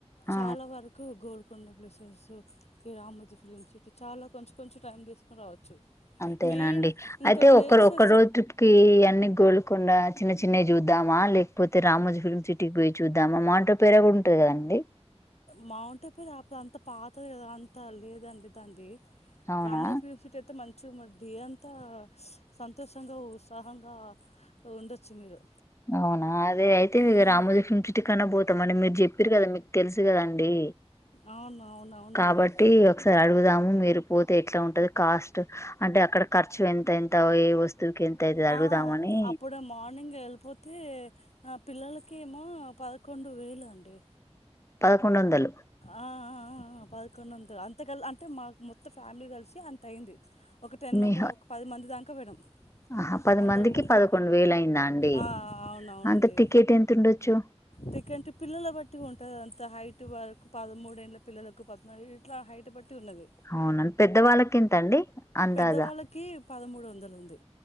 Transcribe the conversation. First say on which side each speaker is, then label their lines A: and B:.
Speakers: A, on the left (about 25°); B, on the left (about 70°).
A: ఆ
B: చాలా వరకు గోల్కొండ ప్లేసెస్ ఈ రామోజీ ఫిలింసిటీ చాలా కొంచెం కొంచెం టైమ్ తీసుకొని రావచ్చు
A: అంతేనా
B: మెయిన్
A: అండి
B: ఇంకా
A: అయితే
B: ప్లేసెస్
A: ఒకరు ఒక్క రోజు ట్రిప్కి యన్ని గోలుకొండా చిన్న చిన్నవి చూద్దామా లేకపోతే రామోజి ఫిల్మ్ సిటీకి పోయి చూద్దామా మాంటో పేర కూడా ఉంటది కదండి
B: మౌంట పిరా అప్పుడు అంత పాతది కదా అంత లేదండి దాన్ది
A: అవునా
B: రామోజీఫిలిం సిటీ అయితే మంచి చిగా ఉండి అంతా సంతోషంగా ఉత్సాహంగా ఉండొచ్చు మీరు
A: అవునా అదే అయితే
B: ఉమ్.
A: రామోజీఫిలిం సిటీ కన్నా పోతామండి మీరు చెప్ప చెప్పిరు కదా మీకు తెలుసు కదాండి
B: అవును అవును అవునండి
A: కాబట్టి ఒకసారి అడుగుదాము మీరు పోతే ఎట్లా ఉంటది కాస్ట్ అంటే అక్కడ ఖర్చు ఎంత ఎంత ఏ వస్తువుకి ఎంత అయితది అడుగుదామని
B: ఆ అప్పుడు మార్నింగ్ ఏళ్ళిపోత్ తే అయితే పిల్లలకేమో పదకొండు వేలు అండి.
A: పదకొండు వందలు
B: ఆ ఆ ఆ పదకొండు వందలు అంత కల్ అంటే మాకు మొత్తం ఫ్యామిలీ కలిసి అంత అయింది. ఒక టెన్
A: మీ
B: మెంబర్ ఒక పది మంది దాంక పోయినాం
A: ఆహా పది
B: అందరు
A: మందికి
B: కలిసి
A: పదకొండు వేలు అయిందా అండి
B: ఆ ఆ అవున అవునండి.
A: అంత టికెట్ ఎంత ఉండొచ్చు
B: టికెట్ పిల్లల బట్టి ఉంటది అన్ ఈత్త హైట్ వరకు పదమూడేళ్ల పిల్లలకు పద్నాలుగు గీట్ల హైట్ బట్టి ఉన్నది.
A: అవునండి పెద్దవాళ్ళకి ఎంత అండి అందాజా
B: పెద్దవాళ్ళకి పదమూడు వందలు ఉంది